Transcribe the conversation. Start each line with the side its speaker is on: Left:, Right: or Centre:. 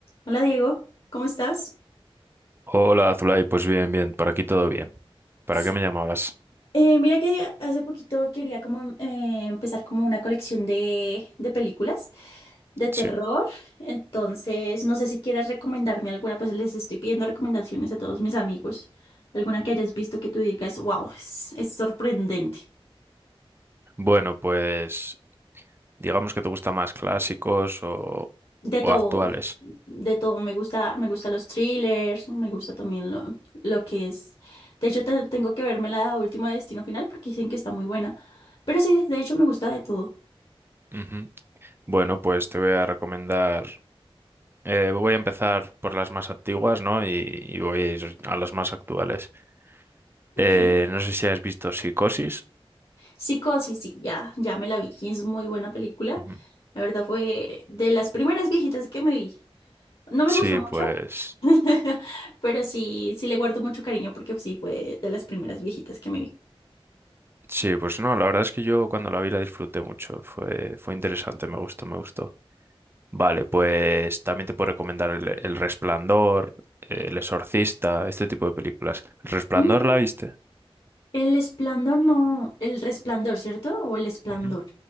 Left: Hola Diego, ¿cómo estás?
Right: Hola, Zulay, pues bien, bien, por aquí todo bien. ¿Para
Left: S-
Right: qué me llamabas?
Left: eh, mira que hace poquito quería como eh, empezar como una colección de, de películas de terror,
Right: Sí.
Left: entonces no sé si quieras recomendarme alguna, pues les estoy pidiendo recomendaciones a todos mis amigos, alguna que hayas visto que tú digas, wow, es, es sorprendente.
Right: Bueno, pues digamos que te gustan más clásicos o,
Left: De
Right: o
Left: todo,
Right: actuales.
Left: de todo. Me gusta, me gustan los thrillers, me gusta también lo, lo que es. De hecho, te- tengo que verme la última de Destino Final porque dicen que está muy buena. Pero sí, de hecho, me gusta de todo.
Right: Ujú. Bueno, pues te voy a recomendar, eh, voy a empezar por las más antiguas, ¿no? Y, y voy a ir a las más actuales. Eh,
Left: Ok.
Right: no sé si has visto Psicosis.
Left: Psicosis, sí, ya, ya me la vi. Es muy buena película.
Right: Ujú.
Left: La verdad fue de las primeras viejitas que me vi. No me
Right: Sí,
Left: gustó mucho,
Right: pues,
Left: <laughs> pero sí, sí le guardo mucho cariño porque sí fue de las primeras viejitas que me vi.
Right: sí, pues no, la verdad es que yo cuando la vi la disfruté mucho, fue, fue interesante, me gustó, me gustó. Vale, pues también te puedo recomendar El, El Resplandor, El Exorcista, este tipo de películas. ¿El Resplandor
Left: Mm,
Right: la viste?
Left: El esplendor, no, el resplandor, ¿cierto? O el esplendor.
Right: Ujú.